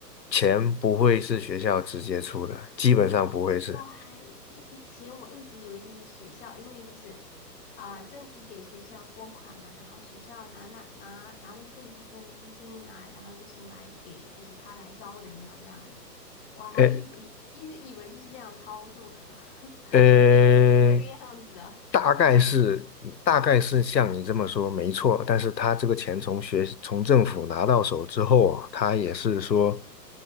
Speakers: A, on the left; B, on the left.
A: 钱不会是学校直接出的，基本上不会是。
B: 我还以以前我一直以为就是学校，因为就是啊、政府给学校拨款嘛，然后学校拿那拿拿着这一部分资金拿，然后就是来给就是他来招人嘛这样子，我还一直以一直以为就是这样操作的，
A: 哎
B: <laughs>
A: 呃，
B: 原来是这个样子的。
A: 大概是大概是像你这么说没错，但是他这个钱从学从政府拿到手之后啊，他也是说，